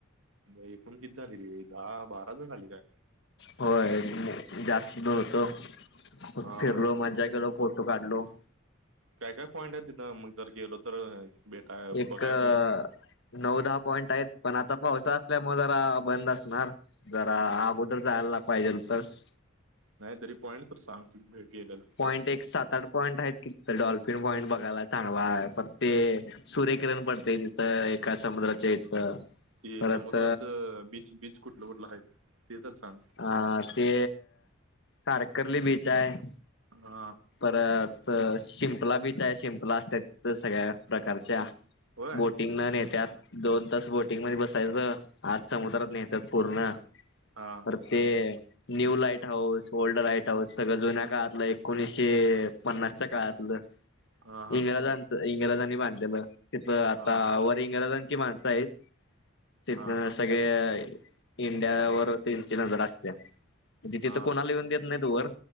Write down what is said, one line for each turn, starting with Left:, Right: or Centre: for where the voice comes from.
Right: एकूण किती झाली रे दहा, बारा जण झाली काय?
Left: होय, जास्त ब <unintelligible> होत
Right: हा
Left: फिरलो
Right: हा मग
Left: मज्जा केलो- फोटो काढलो-
Right: काय, काय पॉईंट आहे तिथं मग जर गेलो तर- भेटाय
Left: एक..
Right: बघाय मिळेल
Left: - नऊ, दहा पॉईंट आहेत, पण आता पावसा असल्यामुळे जरा बंद असणार- जरा अगोदर जायला पाहिजे होतंस.
Right: नाही तरी पॉईंट तर सांग, भेटीली तर.
Left: पॉईंट एक सात, आठ पॉईंट आहेत कि, तर डॉल्फिन पॉईंट बघायला चांगला आहे पर ते- सूर्यकिरण पडतय तिथं, एका समुद्राच्या इथं.
Right: ते
Left: परत
Right: समुद्राच बीच, बीच कुठलं, कुठलं आहेत, ते तर सांग?
Left: हा, ते तारकर्ली बीच हाय-
Right: हा <unintelligible>
Left: परत शिंपला बीच आहे, शिंपला असत्यात सगळ्या प्रकारच्या.
Right: होय
Left: बोटिंगन नेत्यात, दोन तास बोटिंग मध्ये बसायचं- आज समुद्रात नेत्यात पूर्ण.
Right: हा.
Left: तर ते new lighthouse, old lighthouse सगळं जुन्या काळातलं एकोणीसशे- शे पन्नासच्या काळातलं
Right: हा हा
Left: इंग्रजांच इंग्रजांनी बांधलेलं- तिथं आता
Right: हा
Left: वर इंग्रजांची माणसं आहेत, तिथ
Right: हा हा हा
Left: सा- इंडिया वर त्यांची नजर असत्या, म्हणजे तिथं
Right: हा
Left: कोणाला येऊन देत- नाहीत वर